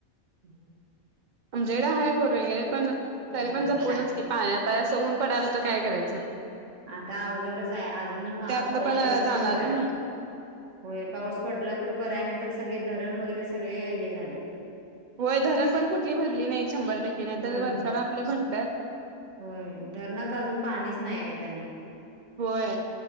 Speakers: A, on the right; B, on the right.
A: ह
B: आमच्या कडे आहे बोर वगैरे पण
A: आणि
B: तरी
A: काय
B: पण
A: म्हणता
B: जपूनच की पाणी आतां ऊन पडायला तर काय करायचं.
A: आता अवघडच आहे अजून आता
B: त्यातलं
A: पाऊस
B: पण
A: पडला
B: जाणार
A: तर बर
B: ना
A: आहे.
B: मग
A: होय पाऊस पडला तर बर आहे नंतर सगळे धरण वगैरे सगळे हे झालेत.
B: होय धरण पण कुठली भरली नाही शंभर टक्के नाही
A: हो
B: तर वर्षाला आपलं भरत्यात.
A: होय धरणात अजून पाणीच नाही आहे त्याने
B: होय